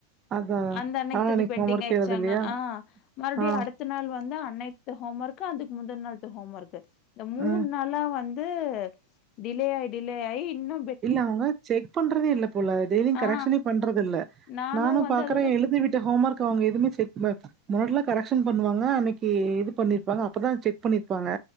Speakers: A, on the right (about 25°); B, on the left (about 35°).
A: அதா அதா
B: அந்த அன்னைக்குத்தது
A: ஆனா இன்னைக்கு
B: பெண்டிங்
A: ஹோம் ஒர்க்
B: ஆயிருச்சாங்க
A: எழுதலையா
B: ஆ மறுபடியு
A: ஆ
B: அடுத்த நாள் வந்து அன்னைத்து ஹோம்மர்க்கு அதுக்கு முந்தன நாள்த்தது ஹோம்வர்க்கு இந்ந மூணு
A: ம்
B: நாளா வந்து டிலே ஆயி டிலே ஆயி இன்னு
A: இல்ல அவங்க செக் பண்றதே இல்ல போல டெய்லயு
B: ஆ
A: கரெக்ஷனே பண்றது இல்ல
B: நானும்
A: நானு
B: வந்து
A: பாக்குறே
B: அதது
A: எழுதிவிட்டு ஹோம் ஒர்க் அவங்க எதுவுமே செக் பண் முன்னாடிலா கரெக்ஷன் பண்ணுவாங்க அன்னைக்கு இது பண்ணிருப்பாங்க அப்பதா செக் பண்ணி ருப்பாங்க